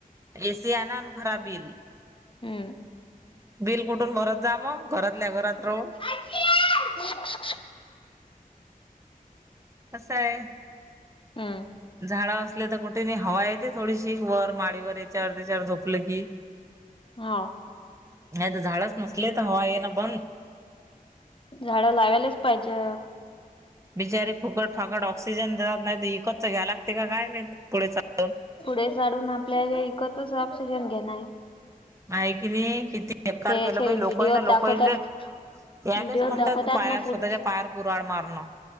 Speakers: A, on the right (about 20°); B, on the left (about 35°).
A: ए सि आना भरा बिल.
B: हम्म
A: बिल कुठून भरत जा मग घरातल्या घरात राहून.
B: आज्जीय.
A: कसं आहे.
B: हम्म
A: झाडा असले तर कुठे नाही हवा येते थोडीशी वर माडीवर याच्यावर वर त्याचावर धोप लं की
B: हा
A: नाही तर झाडच नसले तर हवा ये ना बंद.
B: झाड लावायलाच पाहिजे.
A: बिचारी फुकट फाकट ऑक्सिजन दात नाही इकतच घ्या लागते काय नाहीी पुढे चालून.
B: पुढे साढून आपल्या इकतच ऑक्सिजन घेण आहे.
A: नाही की नाही किती? एकार
B: त्याचे
A: केलं पा
B: व्हिडिओ
A: लोक ना
B: दाखवतात
A: लोकले. यालाच
B: व्हिडिओ
A: म्हणतात
B: दाखवतात
A: पायार
B: ना पुढ
A: स्वतःच्या पायार कुरड मारणं.